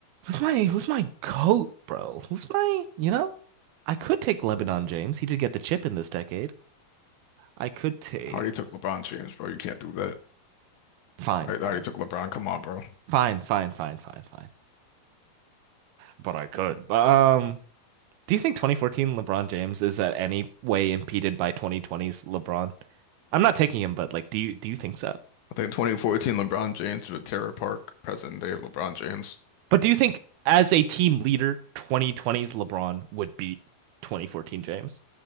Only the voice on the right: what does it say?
Who's my who's my goat, bro? Who's my, you know? I could take Lebanon James. He did get the chip in this decade. I could take
fine,
fine.
Fine, fine, fine, fine, fine. But I could. But um Do you think 2014 LeBron James is at any way impeded by 2020's LeBron? I'm not taking him, but like, do you do you think so?
But do you think as a team leader, 2020's LeBron would beat 2014 James?